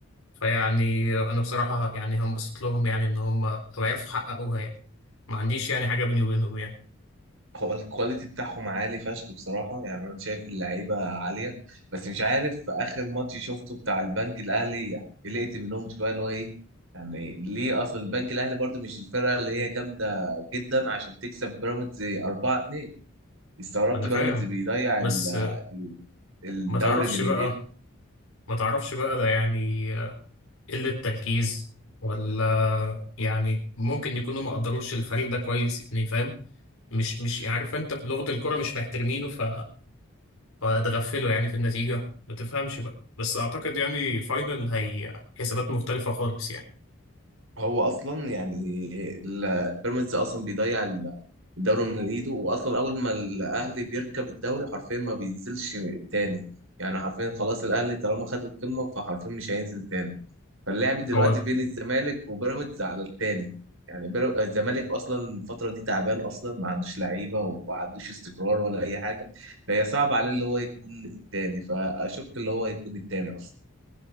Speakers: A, on the left; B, on the right.
A: فيعني أنا بصراحة يعني هنبسط لهم يعني إن هم لو عرفوا يحققوها يعني ما عنديش يعني حاجة بيني وبينهم يعني
B: هو الكواليتي بتاعهم عالي فشخ بصراحة يعني أنا شايف اللعيبة عالية بس مش عارف في آخر ماتش شفته بتاع البنك الأهلي قلقت منهم شوية اللي هو إيه يعني ليه أصل البنك الأهلي برضو مش الفرقة اللي هي جامدة جدا عشان تكسب بيراميدز 4-2 استغربت
A: أنا فاهم
B: بيراميدز بيضيع
A: بس
B: ال- ال- الدوري
A: ما تعرفش
B: من
A: بقى
B: إيديهم
A: ما تعرفش بقى ده يعني قلة تركيز ولا يعني ممكن يكونوا ما قدروش الفريق ده كويس يعني فاهم مش مش عارف انت بلغة الكرة مش محترمينه ف... فاتغفلوا يعني في النتيجة ما تفهمش بقى بس اعتقد يعني فاينل هي حسابات مختلفة خالص يعني
B: هو اصلا يعني ال- بيراميدز اصلا بيضيع ال- الدوري من ايده واصلا اول ما الاهلي بيركب الدوري حرفيا ما بينزلش تاني يعني حرفيا خلاص الاهلي طالما خد القمه فحرفيا مش هينزل تاني فاللعب دلوقتي
A: هو
B: بين الزمالك وبيراميدز على التاني يعني بير- آه، الزمالك اصلا الفتره دي تعبان اصلا ما عندوش لعيبه وما عندوش استقرار ولا اي حاجه فهي صعب عليه اللي هو يكون التاني فاشك اللي هو يكون التاني اصلا